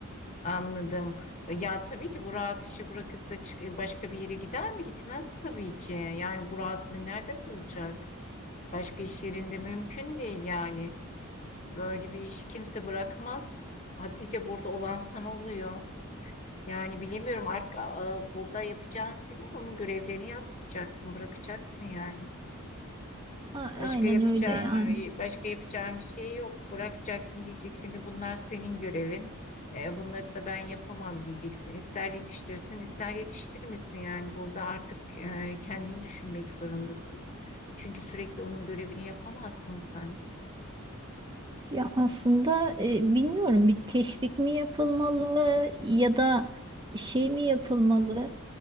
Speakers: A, on the left; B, on the right.
A: Anladım. Ya tabii ki bu rahat işi bırakıp da çık- e, başka bir yere gider mi? Gitmez tabii ki. Yani bu rahatlığı nerede bulacak? Başka iş yerinde mümkün değil yani. Böyle bir iş kimse bırakmaz. Hatice burada olan sana oluyor. Yani bilemiyorum artık a- a, burada yapacağın senin onun görevlerini yapmayacaksın, bırakacaksın yani.
B: A- aynen
A: Başka yapacağın,
B: öyle yani.
A: başka yapacağın bir şey yok. Bırakacaksın diyeceksin ki bunlar senin görevin. E, bunları da ben yapamam diyeceksin. İster yetiştirsin, ister yetiştirmesin yani. Burada artık e, kendini düşünmek zorundasın. Çünkü sürekli onun görevini yapamazsın sen.
B: Ya aslında e, bilmiyorum bir teşvik mi yapılmalı ya da şey mi yapılmalı?